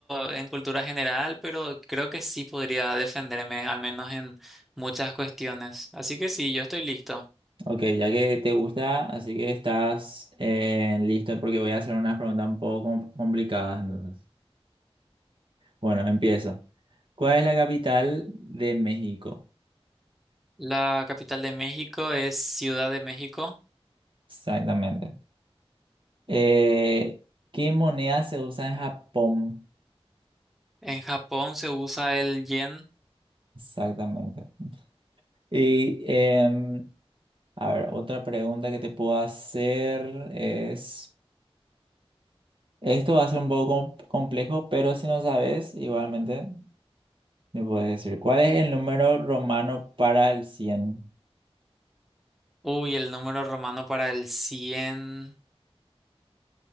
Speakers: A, in the centre; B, on the right.
A: en cultura general, pero creo que sí podría defenderme, al menos en muchas cuestiones. Así que sí, yo estoy listo.
B: Ok, ya que te gusta, así que estás eh, listo porque voy a hacer unas preguntas un poco com- complicadas entonces. Bueno, empiezo. ¿Cuál es la capital de México?
A: La capital de México es Ciudad de México.
B: Exactamente. Eh, ¿qué moneda se usa en Japón?
A: En Japón se usa el yen.
B: Exactamente. Y em, a ver, otra pregunta que te puedo hacer es, esto va a ser un poco com- complejo, pero si no sabes, igualmente me puedes decir, ¿cuál es el número romano para el cien.
A: Uy, el número romano para el 100.